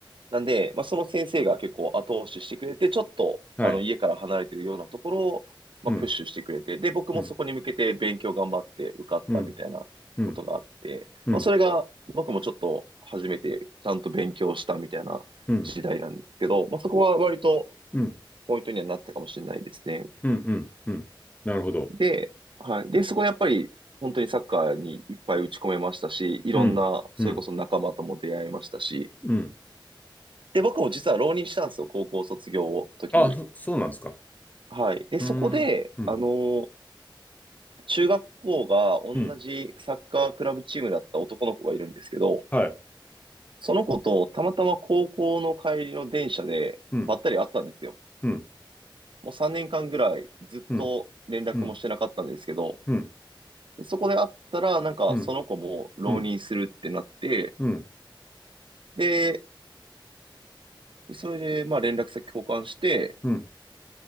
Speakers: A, on the right (about 75°); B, on the left (about 20°).
A: なんで、まあ、その先生が結構後押ししてくれて、ちょっと、
B: はい。
A: あの、家から離れてるようなところを、まあ、
B: うん。
A: プッシュしてくれて、で、僕もそこに向けて勉強頑張って受かったみたいなことがあって、
B: うん。うん。うん。うん。
A: まあ、それが、僕もちょっと初めてちゃんと勉強したみたいな時代なんですけど、
B: うん。
A: まあ、そこは割と、
B: うん。
A: ポイントにはなったかもしれないですね。
B: うん。うん。うん。なるほど。
A: で、はい。で、そこでやっぱり、本当にサッカーにいっぱい打ち込めましたし、いろんな、
B: うん。
A: それこそ仲間とも出会えましたし、
B: うん。うん。
A: で、僕も実は浪人したんですよ、高校卒業の時に。
B: あ、そ、そうなんですか。
A: はい。で、
B: うーん。
A: そこで、
B: うん。
A: あのー中学校が同じサッカークラブチームだった男の子がいるんですけど、
B: うん。はい。
A: その子とたまたま高校の帰りの電車でばったり会ったんですよ。
B: うん。うん。
A: もう3年間ぐらいずっと連絡もしてなかったんですけど、
B: うん。うん。うん。
A: でそこで会ったら、なんかその子も浪人するってなって、
B: うん。うん。うん。
A: で、それでまあ連絡先交換して、
B: うん。